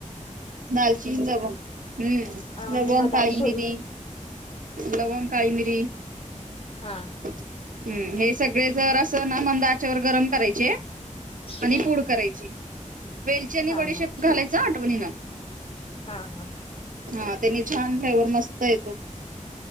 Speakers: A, on the right (about 80°); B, on the left (about 45°).
A: दालचिनी, हम्म,
B: आणि
A: लवंग
B: बदाम
A: काळी
B: फुल.
A: मिरी, लवंग काळिमिरी.
B: हा.
A: हम्म, हे सगळे असं ना मंद आचेवर गरम करायचे? आणि
B: हम्म.
A: पूड करायची, वेलची आणि
B: हा
A: बडीशेप
B: हा.
A: घालायचा हं आठवणीन.
B: हा हा.
A: हा त्यांनी छान फ्लेवर मस्त येतो.